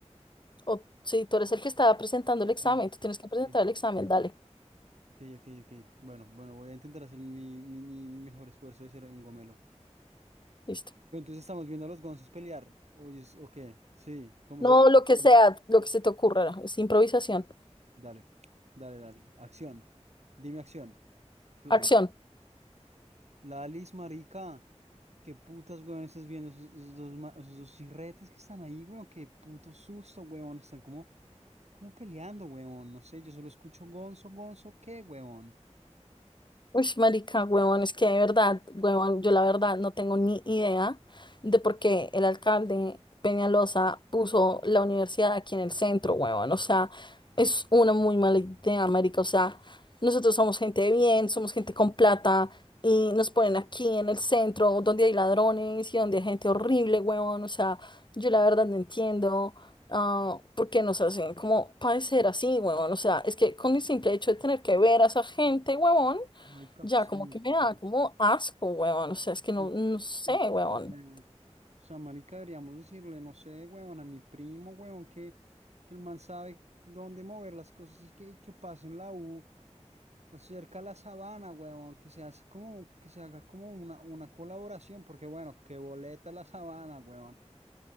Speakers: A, on the left (about 40°); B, on the right (about 65°).
A: O sí, tú eres el que está presentando el examen,
B: Sí,
A: tú tienes que presentar
B: sí.
A: el examen, dale,
B: Ok, ok, ok. Bueno, bueno, voy a intentar hacer mi, mi, mi mejor esfuerzo de ser un gomelo.
A: listo.
B: Pero entonces estamos viendo a los gonzos pelear. Oye, es- ok, sí, como
A: No,
B: si... sí,
A: lo que
B: sí.
A: sea, lo que se te ocurra, es improvisación.
B: Dale, dale, dale. Acción. Dime acción. Flam.
A: Acción.
B: Lalis, marica, qué putas, weón, estás viendo esos, esos dos, ma- esos dos chirretes que están ahí, weón, qué puto susto, weón, están como, como peleando, weón, no sé, yo solo escucho gonzo, gonzo, ¿qué, weón?
A: Uy, marica, huevón, es que de verdad, huevón, yo la verdad no tengo ni idea de por qué el alcalde Peñalosa puso la universidad aquí en el centro, huevón. O sea, es una muy mala idea, marica. O sea, nosotros somos gente de bien, somos gente con plata y nos ponen aquí en el centro donde hay ladrones y donde hay gente horrible, huevón. O sea, yo la verdad no entiendo. ah, por qué nos hacen como padecer así, huevón. O sea, es que con el simple hecho de tener que ver a esa gente, huevón.
B: Marica,
A: Ya,
B: sí,
A: como que me
B: weón,
A: da como asco, weón. O
B: marica,
A: sea, es que no,
B: sí,
A: no sé,
B: susto,
A: weón.
B: weón. O sea, marica, deberíamos decirle, no sé, weón, a mi primo, weón, que, que el man sabe dónde mover las cosas y que, que pase en la U. Pues cerca a la sabana, huevón que se hace como, que se haga como una, una colaboración, porque bueno, que boleta la sabana, huevón